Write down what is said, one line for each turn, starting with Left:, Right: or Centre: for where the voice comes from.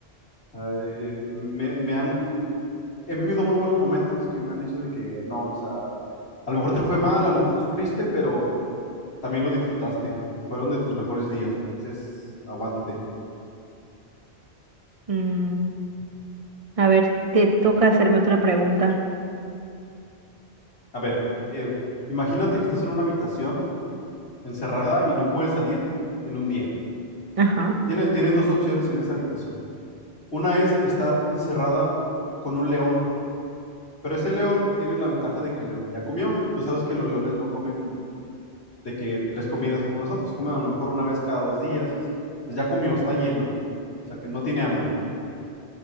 Left: O sea, eh, me, me han, mm, he vivido muy buenos momentos que me han dicho de que no, o sea, a lo mejor te fue mal, a lo mejor sufriste, pero también lo disfrutaste y fueron de tus mejores días. Entonces, aguántate.
Right: Mm, a ver, te toca hacerme otra pregunta.
Left: A ver, eh, imagínate que estás en una habitación encerrada y no puedes salir en un día.
Right: Ajá,
Left: Tienes, tienes dos opciones en esa habitación. Una es estar encerrada con un león Pero ese león tiene la ventaja de que el león ya comió. Tú sabes que los leones no comen de que tres comidas como nosotros, comen a lo mejor una vez cada dos días o así. Pues ya comió, está lleno. O sea que no tiene hambre.